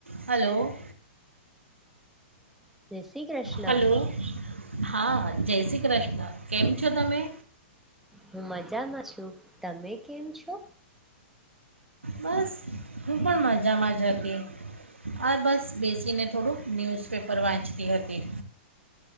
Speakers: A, on the right; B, in the centre.
A: હલો
B: <unintelligible> <unintelligible> શ્રી કૃષ્ણ
A: હલો હા જય શ્રી કૃષ્ણ. કેમ છો તમે?
B: હું મજામાં છું, તમે કેમ છો?
A: બસ હું પણ મજામાં જ હતી આ બસ બેસીને થોડુંક ન્યૂઝપેપર વાંચતી હતી.